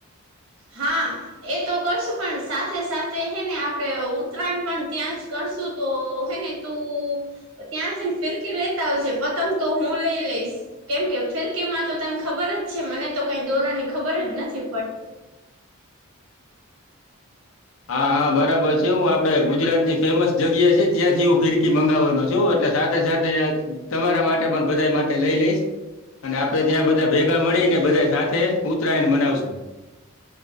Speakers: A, on the right; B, on the left.
A: હા. એ તો કરશું પણ સાથે સાથે હેને આપણેે ઉતરાયણ પણ ત્યાં જ કરશું તો હેને. તું ત્યાંથી ફિરકી લેતા આવજે પતંગ તો હું લઈ લઈશ. કેમ કે ફિરકીમાં તો તને ખબર જ છે મને તો કઈ ધોરણ ની ખબર જ નથી પડતી.
B: હા હા બરાબર છે હું આપડે ગુજરાતની ફેમસ જગ્યા છે ત્યાંથી હું ફિરકી મંગાવવાનો છું એટલે. સાથે સાથે તમારા માટે પણ બધા માટે લઈ લઈશ. અને આપડે ત્યાં બધા ભેગા મળીને બધા સાથે ઉત્તરાયણ બનાવશું.